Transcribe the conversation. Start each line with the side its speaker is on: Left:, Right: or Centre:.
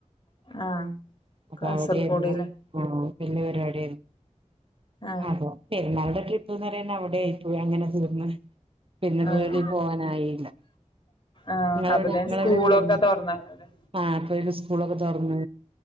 Left: ആഹ്
Right: അപ്പ
Left: കാസർഗോഡ്ല്ലേ
Right: അവിടായിരുന്നു മ്മ് വലിയ പരിവാടിയായിരുന്നു
Left: ആഹ്
Right: അതോ പെരുന്നാളിന്റെരു ട്രിപ്പ്ന്ന് പറയാൻ അവിടെയയി പോയി അങ്ങനെ തീർന്ന്. പിന്നെവിടെ
Left: ആഹ്
Right: പോവാനായില്ല
Left: ആഹ്
Right: നിങ്ങളവിടെ
Left: അപ്പതേന്
Right: നിങ്ങളെവിടെ
Left: സ്കൂളൊക്കെ
Right: പോയ്രുന്നു
Left: തുറന്നല്ലേ
Right: ആഹ അപ്പൊയെക് സ്കൂളൊക്കെ ത്തോർന്ന്